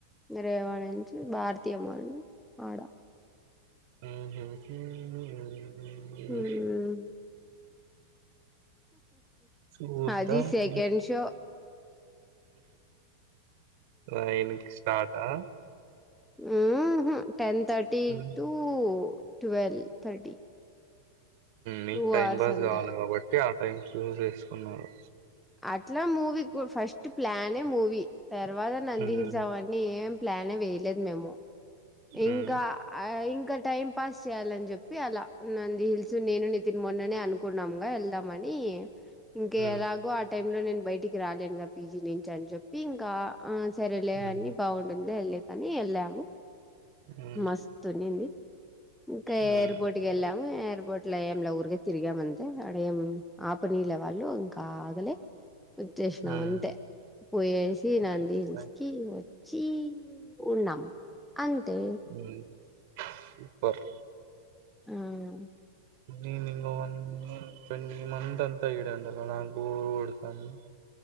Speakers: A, in the centre; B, on the right.
A: ప్రేవాణించి భారతీయ వాళ ఆడ
B: ఉ హూ హూ ఉమ్
A: ఉమ్
B: చూద్దం
A: అది
B: <inaudible>
A: సెకండ్ షో
B: ఆయనకి స్టార్ట్ ఆ
A: ఉహూ టెన్ థర్టీ
B: హ్మ్.
A: టు ట్వల్వ్ థర్టీ
B: మీకు
A: టూ
B: టైం
A: అవర్స్
B: పాస్
A: అంతే
B: కావాలి కాబట్టి ఆ టైం చూస్ చేసుకున్నారు
A: అట్లా మూవీ ఫస్ట్ ప్లానే మూవీ తర్వాత నంది
B: హ్మ్.
A: హిల్స్ అవన్నీ ఏం ప్లాన్ వేయలేదు మేము
B: హ్మ్.
A: ఇంకా ఇంకా టైం పాస్ చేయాలని చెప్పి అలా నంది హిల్స్ నేను నితిన్ మొన్ననే అనుకున్నాముగా వెళ్దామని ఉ ఇంకా
B: హ్మ్.
A: ఎలాగో ఆ టైం లో నేను బయటికి రాలేనుగా పీజీ నుంచి అని చెప్పి ఇంకా సరేలే
B: హ్మ్.
A: అని బాగుంటుంది ఎల్లెకని వెళ్ళాము
B: హ్మ్.
A: మస్తు ఉనింది ఇంకా
B: హ్మ్.
A: ఎయిర్పోర్ట్కి వెళ్ళాము అ బోట్లే ఏంలా ఊరిగా తిరిగామంతే ఆడ ఏం ఆపనీళ్ళ వాళ్ళు ఇంకా ఆగలే ఉచ్చసినం
B: హ్మ్.
A: అంతే పోయేసి నంది
B: నైస్.
A: హిల్సుకి
B: నైస్.
A: చీ ఉన్నాం అంతే
B: హ్మ్. సూపర్
A: ఆ
B: నేను నింగ వన్ ట్వంటీ మంత్ అంతా ఇడే ఉండాల కదా బోర్ కొడతంది